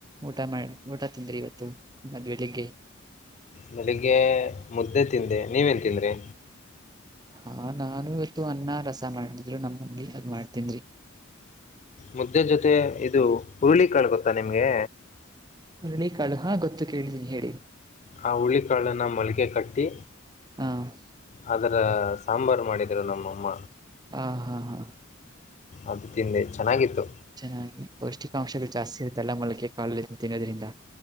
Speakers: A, on the right; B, on the left.
A: ಊಟ ಮಾಡ ಊಟ ತಿಂದ್ರಿ ಇವತ್ತು. ಮತಬೆಳಿಗ್ಗೆ
B: ಬೆಳಿಗ್ಗೆ ಮುದ್ದೆ ತಿಂದೆ ನೀವೇನು ತಿಂದ್ರಿ.
A: ಹಾ, ನಾನು ಇವತ್ತು ಅನ್ನ ರಸ ಮಾಡಿದ್ರು ನಮ್ಮತಂಗಿ ಅದ ಮಾಡತಿನರಿ.
B: ಮುದ್ದೆ ಜೊತೆ ಇದು ಹುರುಳಿ ಕಾಳ ಗೊತ್ತಾ ನಿಮ್ಗೆ
A: ಹುರುಳಿ ಕಾಳು ಹಾ, ಗೊತ್ತು ಕೇಳಿದೀನಿ ಹೇಳಿ-
B: ಆ ಹುರುಳಿಕಾಳನ್ನ ಮೊಳಕೆಕಟ್ಟಿ
A: ಹ್ಮ್,
B: ಅದರ ಸಾಂಬಾರು ಮಾಡಿದರು ನಮ್ಮಅಮ್ಮ.
A: ಹಾ, ಹಾ, ಹಾ
B: ಅದು ತಿಂದೆ ಚೆನ್ನಾಗಿತ್ತು.
A: ಚೆನ್ನಾಗಿ ಪೌಷ್ಟಿಕಾಂಶಗಳು ಜಾಸ್ತಿ ಇರುತ್ತೆಲ್ಲ ಮೊಳಕೆ ಕಾಳ ತಿನ್ನೋದ್ರಿಂದ.